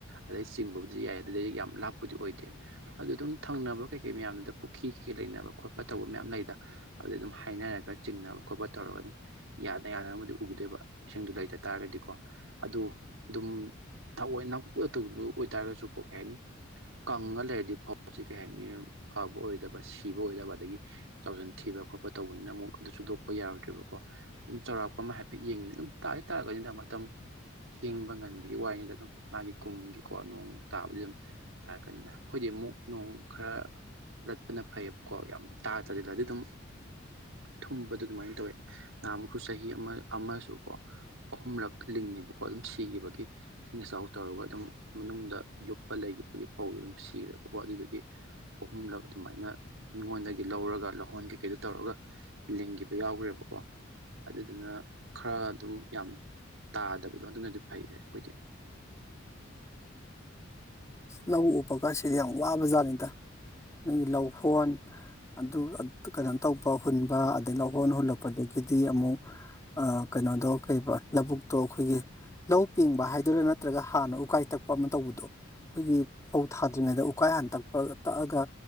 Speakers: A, on the right; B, on the left.
A: ꯑꯗꯩ ꯆꯤꯡꯕꯕꯨꯗꯤ ꯌꯥꯏ ꯑꯗꯨꯗꯩ ꯌꯥꯝ ꯂꯥꯞꯄꯗꯤ ꯑꯣꯏꯗꯦ ꯑꯗꯨ ꯑꯗꯨꯝ ꯊꯪꯅꯕ ꯀꯩ ꯀꯩ ꯃꯌꯥꯝꯗꯨꯗ ꯄꯨꯈ꯭ꯔꯤ ꯀꯩꯀꯩ ꯂꯩꯅꯕ ꯈꯣꯠꯄ ꯇꯧꯕ ꯃꯌꯥꯝ ꯂꯩꯗ ꯑꯗꯨꯗ ꯑꯗꯨꯝ ꯍꯥꯏꯅꯔꯒ ꯆꯤꯡꯅꯕ ꯈꯣꯠꯄ ꯇꯧꯔꯛ ꯝ ꯌꯥꯅ ꯌꯥꯗꯅꯕ ꯎꯈꯤꯗꯣꯏꯕ ꯏꯁꯤꯡꯗ ꯂꯩꯇ ꯇꯥꯔꯒꯗꯤꯀꯣ ꯑꯗꯨ ꯑꯗꯨꯝ ꯊꯑꯣꯏ ꯑꯣꯏꯇꯥꯔꯒꯁꯨꯀꯣ ꯀꯩ ꯍꯥꯏꯅꯤ ꯀꯪꯉ ꯂꯩꯔꯗꯤ ꯐꯧꯁꯤ ꯀꯩ ꯍꯥꯏꯅꯤ ꯐꯕ ꯑꯣꯏꯗꯕ ꯁꯤꯕ ꯑꯣꯏꯗꯕ ꯑꯗꯒꯤ ꯆꯥꯎꯁꯤꯟ ꯊꯤꯕ ꯈꯣꯠꯄ ꯇꯧꯕꯅꯤꯅ ꯑꯃꯨꯛ ꯑꯗꯨ ꯁꯨꯗꯣꯛꯄ ꯌꯥꯔꯣꯏꯗ꯭ꯔꯔꯤꯕꯕꯀꯣ ꯑꯗꯨꯝ ꯆꯥꯎꯔꯥꯛꯄ ꯑꯃ ꯍꯥꯏꯐꯦꯠ ꯌꯦꯡꯉꯤꯅꯦ ꯑꯗꯨꯝ ꯇꯥ ꯇꯥꯔꯛꯀꯅꯤꯗ ꯃꯇꯝ ꯊꯦꯡꯕ ꯉꯟꯕꯒꯤ ꯋꯥꯔꯤꯅꯤꯗ ꯑꯗꯨꯝ ꯃꯥꯒꯤ ꯀꯨꯝꯒꯤꯀꯣ ꯅꯣꯡ ꯇꯥꯕꯗꯤ ꯑꯗꯨꯝ ꯇꯥꯔꯛꯀꯅꯤꯗ ꯑꯩꯈꯣꯏꯗꯤ ꯑꯃꯨꯛ ꯅꯣꯡ ꯈꯔ ꯂꯠꯄꯅ ꯐꯩꯌꯦꯕꯀꯣ ꯌꯥꯝ ꯇꯥꯗꯗꯤꯅ ꯑꯗꯨ ꯑꯗꯨꯝ ꯊꯨꯝꯕꯗ ꯑꯗꯨꯃꯥꯏꯅ ꯇꯧꯋꯦ ꯅꯍꯥꯟꯃꯨꯛꯁꯨ ꯆꯍꯤ ꯑꯃ ꯑꯃꯁꯨ ꯀꯣ ꯑꯍꯨꯝꯂꯛ ꯂꯤꯡꯉꯦꯕꯀꯣ ꯑꯗꯨꯝ ꯁꯤꯈꯤꯕꯒꯤ ꯏꯁꯤꯡ ꯏꯆꯥꯎ ꯇꯧꯔꯒ ꯑꯗꯨꯝ ꯃꯅꯨꯡꯗ ꯂꯨꯞꯄ ꯂꯩ ꯠꯄꯒꯤ ꯐꯥꯎꯗ ꯑꯗꯨꯝ ꯁꯤꯈ꯭ꯔꯦꯕꯀꯣ ꯑꯗꯨꯒꯤ ꯑꯍꯨꯝꯂꯛ ꯑꯗꯨꯃꯥꯏꯅ ꯃꯤꯉꯣꯟꯗꯒꯤ ꯂꯧꯔꯒ ꯂꯧꯍꯣꯟ ꯀꯩꯀꯩꯗ ꯇꯧꯔꯒ ꯂꯤꯡꯈꯤꯕ ꯌꯥꯎꯈ꯭ꯔꯦꯕꯀꯣ ꯑꯗꯨꯗꯨꯅ ꯈꯔ ꯑꯗꯨꯝ ꯌꯥꯝ ꯇꯥꯗꯕꯗꯣ ꯑꯗꯨꯅꯗꯤ ꯐꯩ ꯍꯥꯏ ꯑꯩꯈꯣꯏꯗꯤ
B: ꯂꯧꯎ ꯎ ꯄ ꯀꯁꯤꯗꯤ ꯌꯥꯝ ꯋꯥꯕ ꯖꯥꯠꯅꯤꯗ ꯅꯣꯏꯒꯤ ꯂꯧꯍꯣꯟ ꯑꯗꯨ ꯀꯩꯅꯣ ꯇꯧꯕ ꯍꯨꯟꯕ ꯑꯗꯩ ꯂꯧꯈꯣꯟ ꯍꯨꯜꯂꯛꯄ ꯑꯗꯒꯤꯗꯤ ꯑꯃꯨꯛ ꯀꯩꯅꯣꯗꯣ ꯀ ꯂꯧꯕꯨꯛꯇꯣ ꯑꯩꯈꯣꯏꯒꯤ ꯂꯧ ꯄꯦꯡꯕ ꯍꯥꯏꯗꯣꯏꯔꯥ ꯅꯠꯇ꯭ꯔꯒ ꯍꯥꯟꯅ ꯎꯀꯥꯏ ꯊꯛꯄ ꯑꯃ ꯇꯧꯕꯗꯣ ꯑꯩꯈꯣꯏꯒꯤ ꯐꯧ ꯊꯥꯗ꯭ꯔꯤꯉꯩꯗ ꯎꯀꯥꯏ ꯍꯥꯟ ꯇꯛꯄꯒ ꯇꯛꯑꯒ